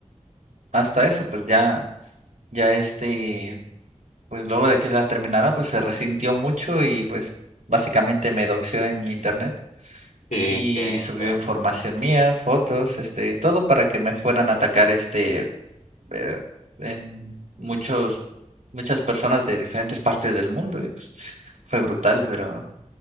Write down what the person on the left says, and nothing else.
Sí,
qué
feo.